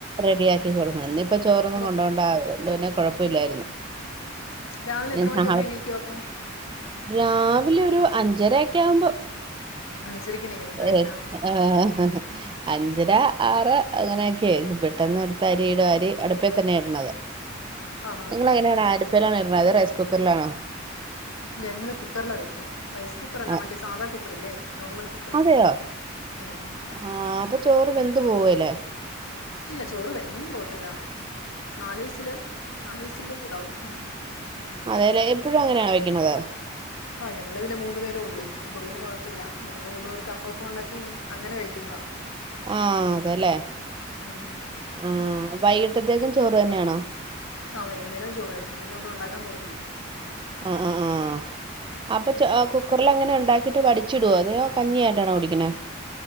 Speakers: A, on the right; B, on the left.
A: റെഡിയാക്കി കൊട്ക്കെണം ഇന്ന് ഇപ്പ ചോറൊന്നും
B: രാ-
A: കൊണ്ടോണ്ട ആവ് അയുകൊണ്ട് പിന്നെ കൊഴപ്പയില്ലായിര്ന്നു
B: ഉം. രാവിലെ എത്ര
A: ഇഞ്
B: മണിക്കൊക്കെ
A: നാളെ
B: എണീക്കും അപ്പൊ
A: രാവിലെ ഒരു അഞ്ചെര ക്കെ ആവുമ്പം.
B: അഞ്ചരക്ക് എണീക്കണം അല്ലേ
A: ഏ
B: ആ
A: ആഹ് അഞ്ചെര ആറ് അങ്ങനെയൊക്കെ പെട്ടെന്ന് ഇട്ത്ത് അരി ഇടും അരി അടുപ്പേ തെന്നെ ഇട്ണെത്
B: ആഹാ
A: നിങ്ങൾ എങ്ങനെയാണ് അട് പ്പിലാണോ ഇട്ണെ? അതെ റൈസ് കുക്കെർലാണോ?
B: ഞങ്ങള് കുക്കറിലാ വെക്കുവാ റൈസ് കുക്കറല്ല
A: ആ,
B: മറ്റേ സാദാ കുക്ക്‌ കുക്കറില്ലേ നോർമൽ കുക്കർ
A: അതെയോ
B: ഉം
A: ആ അപ്പൊ ചോറ് വെന്ത് പോവേല്ലേ
B: ഇല്ല ചോറ് വെന്തൊന്നും പോത്തില്ല നാല് വിസ്സില് നാല് വിസ്സില് ഇതാവും ഉം
A: അതേലെ എപ്പഴും അങ്ങനെയാണോ വെക്കുണത്
B: ആ ഞങ്ങള് പിന്നെ മൂന്നു പേരെ ഒള്ളു അപ്പൊ പിന്നെ കുഴപ്പമില്ല ഞങ്ങക്ക് മൂന്നു പേർക്ക് അപ്പപ്പം ഉണ്ടാക്കി അങ്ങനെ കഴിക്കുന്നതാ
A: ആഹ് അതേല്ലേ
B: ഉം
A: ആഹ് വൈകിട്ട് ച്ചത്തേക്കും ചോറ് തന്നെയാണോ
B: ആ വൈകുന്നേരം ചോറു തന്നെ പിന്നെ ഒന്നും ഒണ്ടാക്കാൻ പോത്തില്ല
A: ആഹ് ആഹ് ആ അപ്പൊ
B: ഉം
A: ച്ചൊ അ കുക് ക്കറിൽ അങ്ങനെ ഉണ്ടാക്കീട്ട് വടിച്ചിടുവോ അതെയോ കഞ്ഞിയായിട്ടാണോ കുടിക്കണെ